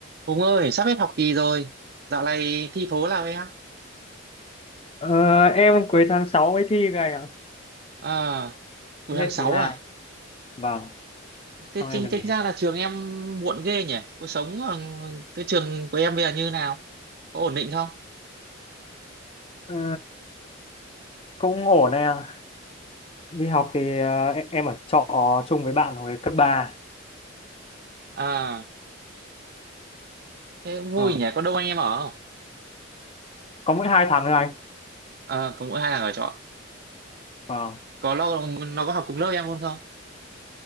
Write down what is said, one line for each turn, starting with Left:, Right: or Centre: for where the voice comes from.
Right: Hùng ơi, sắp hết học kỳ rồi. Dạo này thi thố nào em?
Left: Ờ, em cuối tháng 6 mới thi cái à?
Right: À, buổi
Left: Thi
Right: tháng
Left: hết
Right: 6
Left: kỳ hai,
Right: à?
Left: Vâng,
Right: Thế
Left: xong
Right: chính
Left: em được
Right: tính
Left: nghỉ. hè.
Right: ra là trường em muộn ghê nhỉ? Cuộc sống ở cái trường của em bây giờ như nào? Có ổn định không?
Left: Ờ, cũng ổn này à. Đi học thì ờ, em, em ở trọ chung với bạn hồi cấp ba,
Right: À, thế cũng vui
Left: Vâng,
Right: nhỉ? Có đông anh em ở không?
Left: có mỗi 2 tháng thôi anh.
Right: À, có mỗi hai thằng ở trọ.
Left: Vâng.
Right: Có lo nó có học cùng lớp em luôn không?